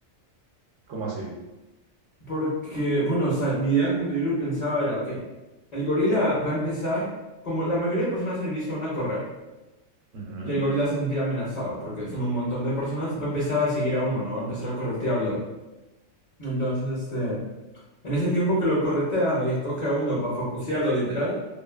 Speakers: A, on the right (about 70°); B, on the left (about 40°).
A: ¿cómo así?
B: Porque, bueno, o sea, mi idea cuando yo lo pensaba era, ok, el gorila va a empezar, como la mayoría de personas al inicio van a correr,
A: Ujú.
B: y el gorila se va a sentir amenazado, porque son un montón de personas, va a empezar a seguir a uno, ¿no? Va a empezar a corretearlo. Entonces, este, en ese tiempo que lo corretea, escoge a uno para focusearlo, literal,